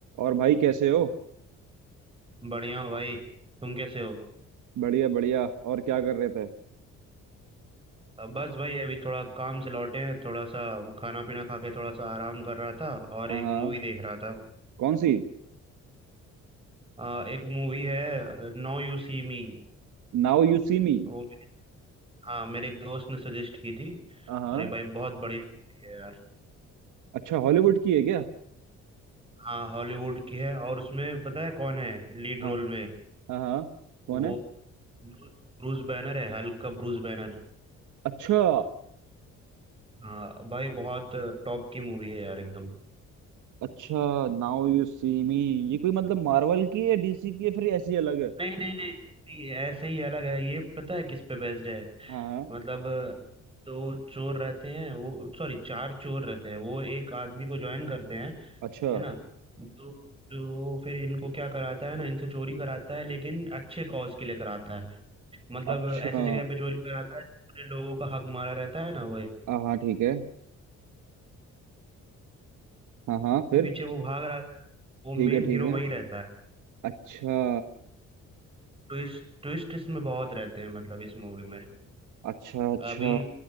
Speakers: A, on the right; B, on the right.
A: और भाई कैसे हो
B: बढ़िया हो भाई तुम कैसे हो
A: बढ़िया बढ़िया और क्या कर रहे थे
B: अब बस भाई अभी थोड़ा काम से लौटे हैं थोड़ा सा वो खाना पीना खा के थोड़ा सा आराम कर रहा था और
A: हाँ
B: एक मूवी देख रहा था
A: कौन सी
B: आ, एक मूवी है नो यू सी मी
A: Now you see me
B: वो हाँ मेरे एक दोस्त ने सजेस्ट की थी
A: हाँ
B: अरे भाई बहुत बढ़िया मूवी है यार
A: अच्छा हॉलीवुड की है क्या
B: हाँ हॉलीवुड की है और उसमें पता है कौन है लीड रोल
A: हाँ
B: में
A: हाँ हाँ
B: वो
A: कौन है
B: ब्रूस, ब्रूस बैनर है हल्क का ब्रूस बैनर
A: अच्छा
B: हाँ भाई बहुत टॉप की मूवी है यार एकदम
A: अच्छा नाउ यू सी मी ये कोई मतलब मार्वल की है डीसी की है फिर ऐसी अलग है
B: नहीं नहीं नहीं नहीं, ऐसे ही अलग है ये पता है किस पे बेस्ड है
A: हाँ हाँ,
B: मतलब दो चोर रहते हैं वो सॉरी चार चोर रहते हैं वो एक आदमी को ज्वाइन करते हैं
A: अच्छा
B: है ना तो जो फिर इनको क्या कराता है ना इनसे चोरी कराता है लेकिन अच्छे कॉज के लिए कराता है मतलब
A: अच्छा
B: ऐसे जगह पे चोरी कराता है जिसमें लोगों का हक मारा रहता है ना वही
A: हाँ हाँ ठीक है हाँ हाँ फिर
B: पीछे वो भाग रहा है वो मेन
A: ठीक है ठीक
B: हीरो
A: है
B: वही रहता है
A: अच्छा
B: ट्विस्ट ट्विस्ट इसमें बहुत रहते हैं मतलब इस मूवी में
A: अच्छा अच्छा
B: अभी